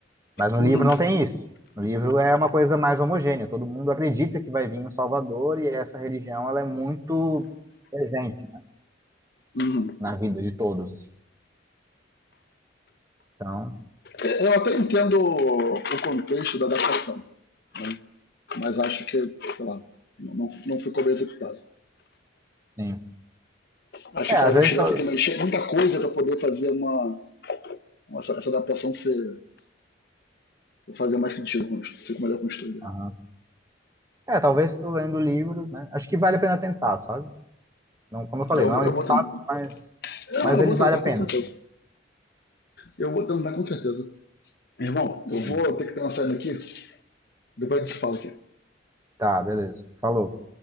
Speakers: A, on the right (about 15°); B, on the left (about 55°).
A: Mas no
B: Uhum,
A: livro não tem isso. No livro é uma coisa mais homogênea. Todo mundo acredita que vai vir um Salvador e essa religião ela é muito presente, né,
B: uhum.
A: na vida de todos. assim. Então,
B: É, Eu até entendo o o contexto da adaptação, né? mas acho que, sei lá, não, não- não ficou bem executado.
A: sim.
B: Acho
A: É,
B: que
A: às
B: talvez
A: vezes,
B: tivesse
A: tal-
B: que mexer muita coisa para poder fazer uma, uma- essa, essa adaptação ser Vou fazer mais sentido com isso. Fico melhor construído.
A: Aham. é, talvez tu lendo o livro, né? Acho que vale a pena tentar, sabe? Não, como eu falei,
B: Eu
A: não
B: vou,
A: é um livro
B: eu vou
A: fácil,
B: tentar.
A: mas,
B: Eu,
A: mas
B: eu
A: ele
B: vou
A: vale
B: tentar,
A: a pena.
B: com certeza. Eu vou tentar, com certeza. Irmão,
A: Sim.
B: eu vou ter que dar uma saída aqui. Depois a gente se fala aqui.
A: Tá, beleza. Falou.